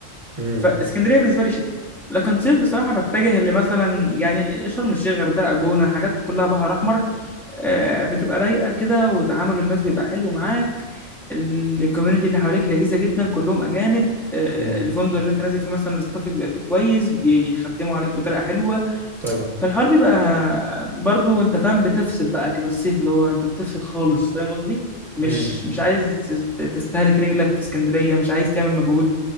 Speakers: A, on the right; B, in the centre.
A: امم
B: فاسكندريه بالنسبه لي شتاء لكن صيف بصراحه بتجه اللي مثلا يعني شرم الشيخ غردقه جونه حاجات كلها بحر احمر آه، بتبقى رايقه كده وتعامل الناس بيبقى حلو معاك الكوميونتي اللي حواليك لذيذه جدا كلهم اجانب آه،
A: امم
B: الفندق اللي انت نازل فيه مثلا الاستاف بيبقى فيه كويس بيخدموا عليك بطريقه حلوه
A: طبعا
B: فالحوار بيبقى برضو انت فاهم بتفصل بقى كده الصيف اللي هو انت بتفصل خالص فاهم قصدي مش
A: امم
B: مش عايز تست- تستهلك رجلك في اسكندريه مش عايز تعمل مجهود